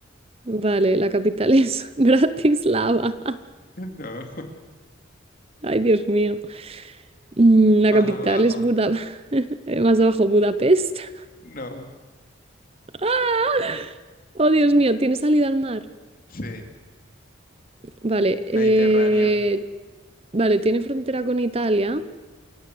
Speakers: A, on the right (about 30°); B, on the left (about 45°).
A: Vale, la capital es <laughs> Bratislava. <laughs>
B: <laughs> no,
A: Ay, Dios mío. Mm,
B: más
A: La capital
B: abajo,
A: es Buda. <laughs> eh, Más abajo, Budapest. <laughs>
B: no.
A: ¡Ah! Oh, Dios mío, tiene salida al mar.
B: Sí,
A: Vale, eh,
B: Mediterráneo.
A: vale, tiene frontera con Italia.